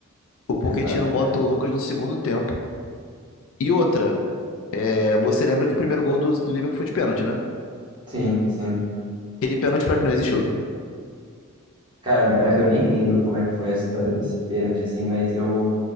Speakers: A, on the left; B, on the right.
A: O Pochettino
B: Exato,
A: bota
B: cara.
A: o Lucas no segundo tempo. E outra, é, você lembra que o primeiro gol do, do Liverpool foi de pênalti, né?
B: Sim, sim.
A: Aquele pênalti pra mim não existiu.
B: Cara,
A: Se-
B: eh, eu nem lembro como é que foi a história desse pênalti, assim, mas eu,